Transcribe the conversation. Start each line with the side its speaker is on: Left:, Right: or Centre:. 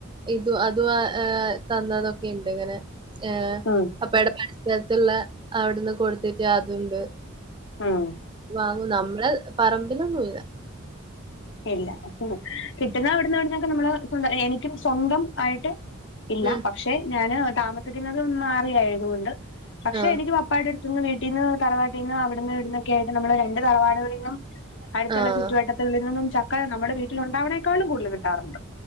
Right: ഇതു അതും് തന്നതൊക്കെ ഉണ്ട് ഇങ്ങനെ ഏ
Left: ഉം
Right: അപ്പെ എടെ <inaudible> ട്ത്ത്ള്ള അവിടുന്ന് കൊടുത്തിട്ട് അത് ഉണ്ട്
Left: ഉം
Right: വാങ്ങൂ നമ്മള് പറമ്പിലൊന്നു ല്ല
Left: ഇല്ല മ് കിട്ടുന്ന അവിട് ന്നെവ്ട്ന്നൊ പ്പ നമ്മള് എനിക്കും സ്വന്തം ആയിട്ട് ഇല്ല
Right: ഉം
Left: പക്ഷെ ഞാന് താമസിക്കുന്നത് മാറി ആയതുകൊണ്ട് പക്ഷെ
Right: ആഹ്
Left: എനിക്ക് പപ്പായ്ടെട് ത്ത്ന്ന് വീട്ടീന്ന് തറവാട്ടീന്ന് അവടെന്ന് ഇവട്ന്നൊക്കായിട്ട് നമ്മള് രണ്ട് തറവാടുകളിന്നും അട്ത്തുള്ള
Right: ആഹ്
Left: ചുറ്റുവട്ടത്തുള്ള നിന്നും ചക്ക നമ്മുടെ വീട്ടില് ണ്ടാവ്ണേക്കാളും കൂടുല് കിട്ടാറുണ്ട്.